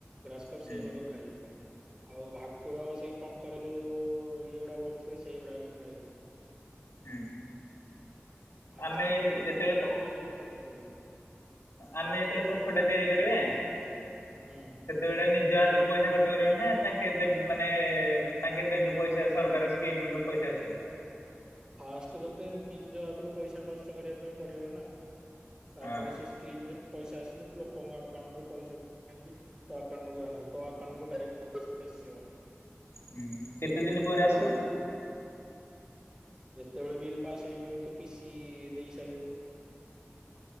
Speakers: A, on the right; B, on the left.
A: ଗ୍ରାସ କପ୍
B: ହୁଁ
A: ସେଇଗୁଆକ ଖାଇବେ। ଆଉ ଭାକୁର ସେଇ ପଙ୍କରେ ଯୋଉ ଇଏ ଗୁଡା ବୁଲୁଥିବେ ସେଇଗୁଡାକ ଖାଇବେ।
B: ହୁଁ।
A: ମାଛ
B: ଆମେ
A: ଖାଇବା ପାଇଁ
B: ଯେତେବେଳେ
A: ବହୁତ
B: ପୋ-
A: ପ୍ରକାର ଜିନିଷ କରିପାରିବୁ।
B: ଆମେ ଯେତେବେଳେ ପୋଖରୀଟା ତିଆରି କରିବା ସେତବେଳେ
A: ହୁଁ
B: ନିଜ ହାତରେ ପଇସା ଖର୍ଚ୍ଚ କରିବ ନା ତାଙ୍କେ ମାନେ ତାଙ୍କେ ଦେବେ ପଇସା ସରକାର କେମରୁ ପଇସା ଆସିବ?
A: ଫାଷ୍ଟ ରୁ ତ ନିଜ ହାତରୁ ପଇସା ଖର୍ଚ୍ଚ କରିବା ପାଇଁ ପଡିବ ନା। ତାପରେ
B: ହଁ
A: ସେ ସ୍କିମ୍ର ପଇସା ଆସିଲେ ତୁ ଲୋକଙ୍କ ଆକାଉଣ୍ଟରୁ ପଇସା ଆଣିକି ତୋ ଆକାଉଣ୍ଟକୁ ଆଣିିବୁ। ତୋ ଆକାଉଣ୍ଟକୁ ଡାଇରେକ୍ଟ ପଇସା ଆସିବନି।
B: ହୁଁ କେତେ
A: ସେ
B: ଦିନି
A: ଲୋକମାନଙ୍କ
B: ପରେ ଆସିବ?
A: ଯେତେବେଳେ ବିଲ୍ ପାସ୍ ହେଇଯିବ ତୁ ପିସି ଦେଇ ସାରିବୁ